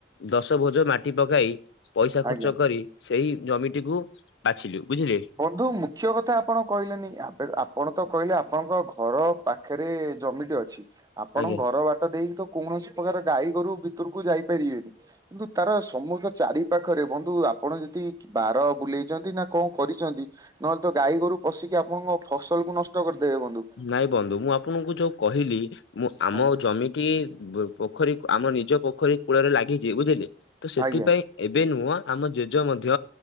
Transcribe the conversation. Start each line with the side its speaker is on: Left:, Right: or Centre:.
Left: ଦଶ ଭୋଜ ମାଟି ପକାଇ ପଇସା ଖର୍ଚ୍ଚ
Right: ଆଜ୍ଞା।
Left: କରି ସେଇ ଜମିଟିକୁ ବାଛିଲୁ, ବୁଝିଲୁ?
Right: ବନ୍ଧୁ ମୁଖ୍ୟ କଥା ଆପଣ କହିଲେନି ଆପଣ ତ କହିଲେ ଆପଣଙ୍କ ଘର ପାଖରେ ଜମିଟେ ଅଛି, ଆପଣ
Left: ଆଜ୍ଞା।
Right: ଘର ବାଟ ଦେଇକି ତ କୌଣସି ପ୍ରକାର ଗାଈ ଗୋରୁ ଭିତରକୁ ଯାଇପାରିବେନି, କିନ୍ତୁ ତାର ସମୁଦ୍ର ଚାରି ପାଖରେ ବନ୍ଧୁ ଆପଣ ଯଦି ବାର ବୁଲେଇ ନା କଣ କରିଛନ୍ତି ନହେଲେ ତ ଗାଈ ଗୋରୁ ପଶିକି ଆପଣଙ୍କ ଫସଲ କୁ ନଷ୍ଟ କରିଦେବେ ବନ୍ଧୁ।
Left: ନାଇଁ ବନ୍ଧୁ ମୁଁ ଆପଣଙ୍କୁ ଯୋଉ କହିଲି ମୁଁ ଆମ
Right: ଆଜ୍ଞା
Left: ଜମି କି ପୋଖରୀ ଆମ ନିଜ ପୋଖରୀ କୂଳରେ ଲାଗିଛି, ବୁଝିଲେ ତ ସେଥିପାଇଁ
Right: ଆଜ୍ଞା
Left: ଏବେ ନୁହଁ ଆମ ଜେଜ ମଧ୍ୟ